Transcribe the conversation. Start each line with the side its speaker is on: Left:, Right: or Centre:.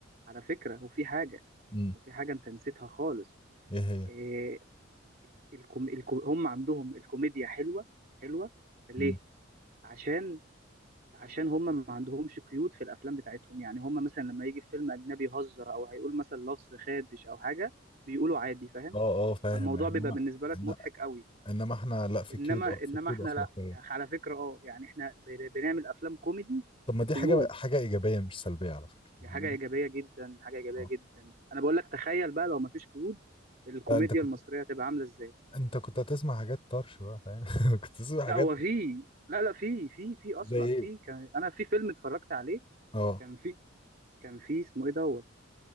Right: على فكرة وفي حاجة
Left: مم.
Right: وفي حاجة أنت نسيتها خالص
Left: ايه هي
Right: إيه الكم... الكم... هم عندهم الكوميديا حلوة حلوة ليه؟
Left: مم.
Right: عشان عشان هم ما عندهمش قيود في الافلام بتاعتهم يعني هم مثلا لما يجي في فيلم اجنبي يهزر او هيقول مثلا لفظ خادش او حاجه بيقولوا عادي فاهم
Left: اه اه فاهم
Right: فالموضوع
Left: انما
Right: بيبقى بالنسبه لك
Left: إنما
Right: مضحك قوي
Left: انما احنا لا في
Right: انما
Left: قيود
Right: انما
Left: في قيود
Right: احنا
Left: اخلاقيه
Right: لا على فكره اه يعني احنا بن- بنعمل افلام كوميدي
Left: طب ما
Right: في
Left: دي
Right: قيود
Left: حاجه حاجه ايجابيه مش سلبيه على فكره
Right: دي
Left: يعني
Right: حاجه
Left: من-
Right: ايجابيه جدا حاجه ايجابيه
Left: اه
Right: جدا انا بقول لك تخيل بقى لو ما فيش قيود الكوميديا
Left: لا انت كنت
Right: المصريه هتبقى عامله ازاي
Left: انت كنت هتسمع حاجات طرش بقى فاهم <laughs> كنت تسمع
Right: لا
Left: حاجات
Right: هو في لا لا في في في اصلا
Left: زي ايه
Right: في كان انا في فيلم اتفرجت عليه
Left: اه
Right: كان في كان في اسمه ايه دوت